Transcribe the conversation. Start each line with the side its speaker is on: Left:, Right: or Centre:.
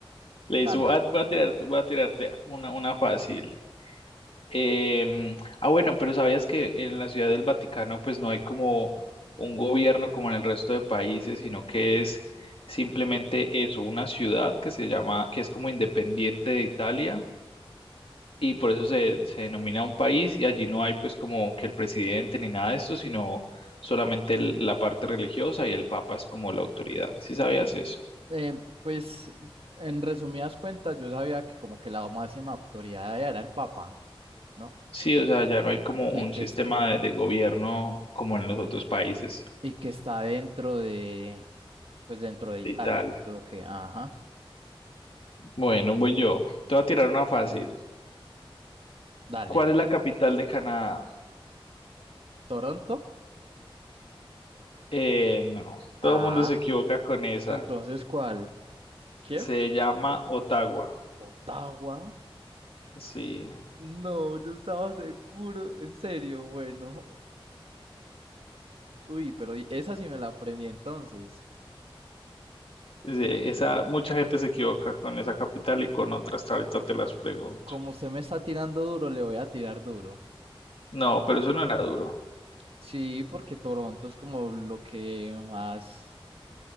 Left: Le
Right: dale.
Left: hizo, ah, voy a tirarte, voy a tirarte una, una fácil. Em, ah, bueno, pero sabías que en la Ciudad del Vaticano pues no hay como un gobierno como en el resto de países, sino que es simplemente eso, una ciudad que se llama, que es como independiente de Italia y por eso se, se denomina un país y allí no hay pues como que el presidente ni nada de esto, sino solamente el- la parte religiosa y el papa es como la autoridad. ¿Sí sabías eso?
Right: Eh, pues, en resumidas cuentas, yo sabía que como que la máxima autoridad allá era el Papa, ¿no?
Left: Sí, o sea, ya no hay como
Right: Y
Left: un
Right: que,
Left: sistema
Right: es-
Left: de de gobierno como en los otros países
Right: y que está dentro de, pues dentro de Italia,
Left: de Italia.
Right: es lo que, ajá,
Left: Bueno, voy yo. Te voy a tirar una fácil.
Right: dale.
Left: ¿Cuál es la capital de Canadá?
Right: ¿Toronto?
Left: Eh, no, todo
Right: Ah,
Left: el mundo se equivoca con esa.
Right: entonces, ¿cuál? ¿Kiev?
Left: Se llama Ottawa.
Right: ¿Ottawa?
Left: Sí,
Right: No, yo estaba seguro, en serio, bueno. Uy, pero esa sí me la aprendí entonces.
Left: sí, esa, mucha gente se equivoca con esa capital y con otras. Ahorita te las pregunto.
Right: Como usted me está tirando duro, le voy a tirar duro.
Left: No, pero eso no era duro.
Right: Sí, porque Toronto es como lo que más...